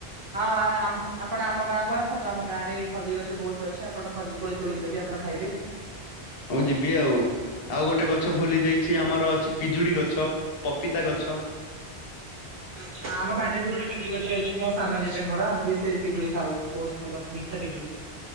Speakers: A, on the right (about 60°); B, on the left (about 70°).
A: ହଁ ଆପଣ ଆମ ଗାଁକୁ ଆସନ୍ତୁ ଆମ ଗାଁରେ ଖଜୁରୀ ଗଛ ବହୁତ ଅଛି ଆପଣ ଖଜୁରୀ କୋଳି ତୋଳିକି ଦେବି ଆପଣ ଖାଇବେ।
B: ହଁ ଯିବି ଆଉ ଆଉ ଗୋଟେ ଗଛ ଭୁଲି ଯାଇଛି ସେ ଆମର ଅଛି ପିଜୁଡି ଗଛ, ପପିତା ଗଛ
A: ଆଚ୍ଛା ଆମ ବାଡିରେ ବି ଗୋଟେ ପିଜୁଳି ଗଛ ଅଛି ମୋ ସାନ ଜେଜେଙ୍କର ଆମେ ବି ସେଇ ପିଜୁଳି ଖାଉ ବହୁତ ଭଲ ମିଠା ପିଜୁଳି।